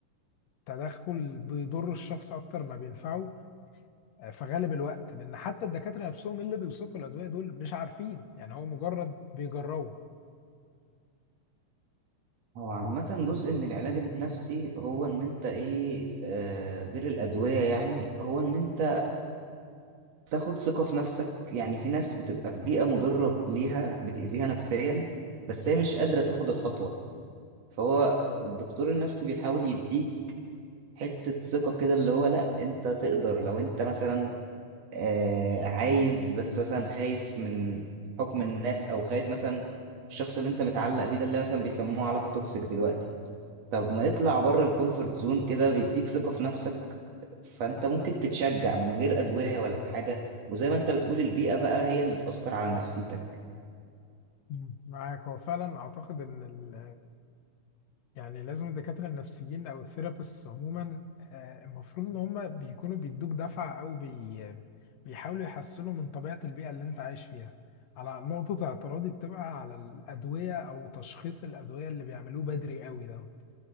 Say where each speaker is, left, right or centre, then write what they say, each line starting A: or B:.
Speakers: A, on the left; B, on the right.
A: تدخل بيضر الشخص اكتر ما بينفعه آه، في غالب الوقت لان حتى الدكاتره نفسهم اللي بيوصفوا الادويه دول مش عارفين يعني هو مجرد بيجربوا
B: هو عامة جزء من العلاج النفسي هو ان انت ايه آه غير الادوية يعني هو ان انت تاخد ثقة في نفسك يعني في ناس بتبقى في بيئة مضرة ليها بتأذيها نفسيا بس هي مش قادرة تاخد الخطوة فهو الدكتور النفسي بيحاول يديك حتة ثقة كده اللي هو لأ أنت تقدر لو أنت مثلا آه عايز بس مثلا خايف من حكم الناس أو خايف مثلا الشخص اللي أنت متعلق بيه ده اللي مثلا بيسموه علاقة توكسيك دلوقتي طب ما يطلع بره الكومفورت زون كده بيديك ثقة في نفسك فأنت ممكن تتشجع من غير أدوية ولا حاجة وزي ما أنت بتقول البيئة بقى هي اللي تأثر على نفسيتك
A: مم. معاك هو فعلا اعتقد ان ال يعني لازم الدكاتره النفسيين او الثيرابيست عموما آه، المفروض ان هم بيكونوا بيدوك دفعه او بي بيحاولوا يحسنوا من طبيعه البيئه اللي انت عايش فيها على نقطه اعتراضي بتبقى على الادويه او تشخيص الادويه اللي بيعملوه بدري قوي دوت